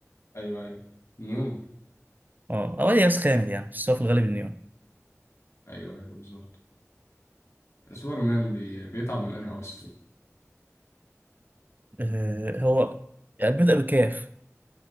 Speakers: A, on the left; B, on the right.
A: ايوه ايوه نيون
B: اه او الياس خامل يعني بس هو في الغالب النيون
A: ايوه ايوه بالظبط سوبر مان بي... بيتعب من انهي عنصر
B: آه هو يعني بيبدأ بكاف